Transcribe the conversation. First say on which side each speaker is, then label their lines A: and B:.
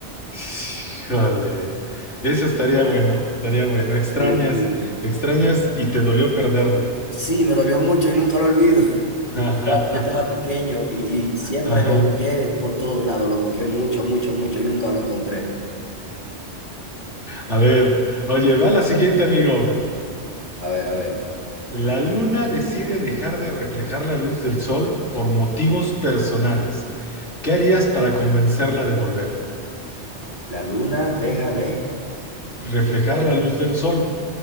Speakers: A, on the left (about 85°); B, on the left (about 45°).
A: Híjole. Eso estaría bueno, estaría bueno. Extrañas,
B: Sí, sí.
A: extrañas y te dolió perderlo.
B: Sí, me dolió mucho y nunca lo olvido. <laughs>
A: <laughs>
B: Ah, Yo estaba pequeño y, y siempre
A: Ajá.
B: lo busqué por todos lados, lo busqué mucho, mucho, mucho y nunca lo encontré.
A: A ver, oye, va la siguiente, amigo.
B: A ver, a ver.
A: La luna decide dejar de reflejar la luz del sol por motivos personales. ¿Qué harías para convencerla de volver?
B: La luna deja de...
A: Reflejar la luz del sol